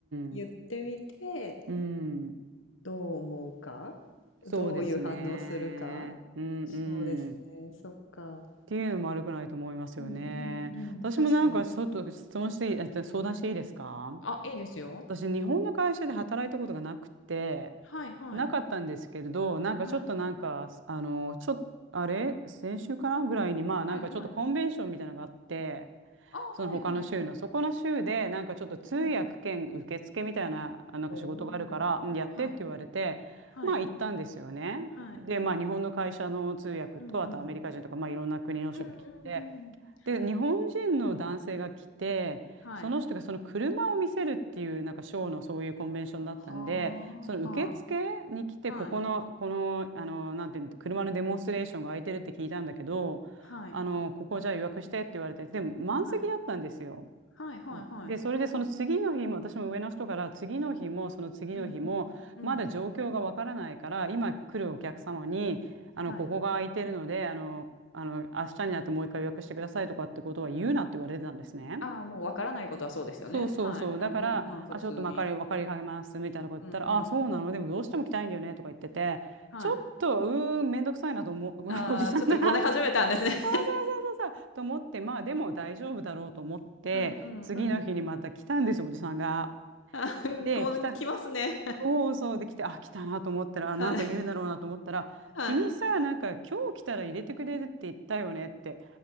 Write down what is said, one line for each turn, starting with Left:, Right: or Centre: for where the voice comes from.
Left: 言ってみて、
Right: うん、うん。
Left: どう思うか、どういう反応するか。
Right: そうですね。うん
Left: そうですね、
Right: うん。っ
Left: そっか。
Right: ていうのも悪くないと思いますよね。
Left: うんうんうん、
Right: 私もなんかちょっと質問していい、
Left: 確かに。
Right: えっと相談していいですか
Left: あ、いいですよ。
Right: 私、日本の会社で働いたことがなくて、
Left: はいはい。
Right: なかったんですけれど、なんかちょっとなんか、
Left: はい。
Right: あの、ちょっと、あれ先週かなぐらいに、まあなんかちょっとコンベンションみたいなのがあって、
Left: はいはい。あはいはい。
Right: その他の州の。そこの州で、なんかちょっと通訳兼受付みたいな、
Left: うん。
Right: あなんか仕事があるから、
Left: おお。
Right: うんやってって言われて、
Left: はい。はい。
Right: まあ行ったんですよね。
Left: はい。
Right: で、まあ日本の会社の通訳と、
Left: うんうん。
Right: あとアメリカ人とか、まあいろんな国の人が来て、
Left: うんうんうん。
Right: で、
Left: はい、
Right: 日本人の男性が来て、
Left: はい。
Right: その人がその車を見せるっていう、なんかショーのそういうコンベンションだったんで、
Left: は
Right: その受付に来て、
Left: あ、はあ、はい、
Right: ここの、この、あの、なんていうの、車のデモンストレーションが空いてるって聞いたんだけど、
Left: はい、
Right: あの、ここじゃあ予約してって言われて、でも満席だったんですよ。
Left: はい、はいはいはい。
Right: で、それでその次の日も、私も上の人から次の日もその次の日も、
Left: うんうん。うん、
Right: まだ状況がわからないから、今来るお客様に、
Left: うん。
Right: あの、
Left: はい。
Right: ここが空いてるので、あの、あの、明日になってもう一回予約してくださいとかってことは言うなって言われてたんですね。
Left: ああ、もうわからないことはそうですよね。
Right: そうそうそう。
Left: はい。
Right: だから、
Left: うんうん、まあ、普通に。
Right: あ、ちょっとまかり、わかりかけますみたいなこと言ったら、
Left: うんうん。
Right: あ、そうなの、でもどうしても来たいんだよねとか言ってて、
Left: はい。
Right: ちょっと、うーん、めんどくさいなと思う、
Left: ああ、
Right: <laughs> おじさんだなって。
Left: ちょっとごね始めたんですね。
Right: そうそうそうそう、と思って、まあでも大丈夫だろうと思って、
Left: <laughs> うんうんうん。
Right: 次の日にまた来たんですよ、おじさんが。
Left: <laughs> ああ、
Right: で、
Left: こう来ますね。
Right: 来た、そうそうで来て、あ、来たなと思ったら、
Left: <laughs> はい、
Right: あ、なんか言うだろうなと思ったら、
Left: はい、
Right: 君さ、なんか今日来たら入れてくれるって言ったよねって。